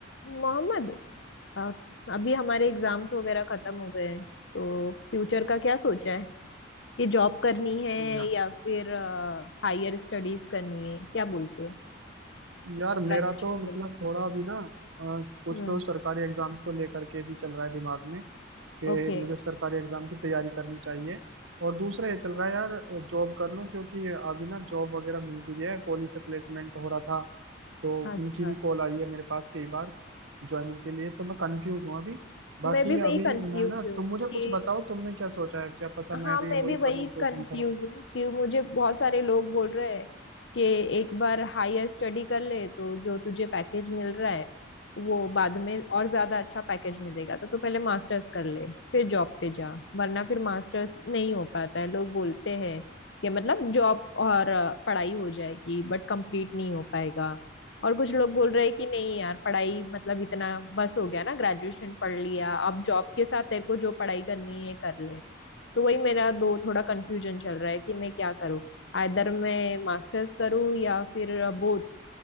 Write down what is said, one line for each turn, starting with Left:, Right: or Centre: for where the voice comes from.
Left: मोहम्मद आ, अभी हमारे एग्जाम्स वगैरह खत्म हो गए हैं तो फ्यूचर का क्या सोचा है कि जॉब करनी है
Right: या,
Left: या फिर हायर स्टडीज करनी है क्या बोलते हो
Right: यार मेरा
Left: ग्रेजुएशन
Right: तो
Left: के
Right: मतलब
Left: बाद
Right: थोड़ा अभी ना अ, कुछ
Left: हम्म
Right: तो सरकारी एग्जाम्स को लेकर के भी चल रहा है दिमाग में कि
Left: ओके
Right: मुझे सरकारी एग्जाम की तैयारी करनी चाहिए और दूसरा ये चल रहा है यार जॉब कर लूं क्योंकि अभी ना जॉब वगैरह मिल भी रही है कॉलेज से प्लेसमेंट हो रहा था तो
Left: अच्छा
Right: उनकी भी कॉल आई है मेरे पास कई बार ज्वाइनिंग के लिए तो मैं कंफ्यूज हूँ अभी बाकी
Left: मैं भी वही
Right: अभी
Left: कंफ्यूज
Right: मैं ना
Left: हूँ
Right: तुम मुझे
Left: कि
Right: कुछ बताओ तुमने क्या सोचा है क्या पता मैं
Left: हाँ
Right: भी
Left: मैं
Right: वही
Left: भी वही
Right: कर लूँ जो
Left: कंफ्यूज
Right: तुम करो
Left: हूँ कि मुझे बहुत सारे लोग बोल रहे हैं कि एक बार हायर स्टडी कर ले तो जो तुझे पैकेज मिल रहा है वो बाद में और ज्यादा अच्छा पैकेज मिलेगा तो तू पहले मास्टर्स कर ले फिर जॉब पे जा वरना फिर मास्टर्स नहीं हो पाता है लोग बोलते हैं कि मतलब जॉब और अ, पढ़ाई हो जाएगी बट कंप्लीट नहीं हो पाएगा और कुछ लोग बोल रहे हैं कि नहीं यार पढ़ाई मतलब इतना बस हो गया ना ग्रेजुएशन पढ़ लिया अब जॉब के साथ तेरे को जो पढ़ाई करनी है कर ले तो वही मेरा दो थोड़ा कंफ्यूजन चल रहा है कि मैं क्या करूँ आइदर मैं मास्टर्स करूँ या फिर बोथ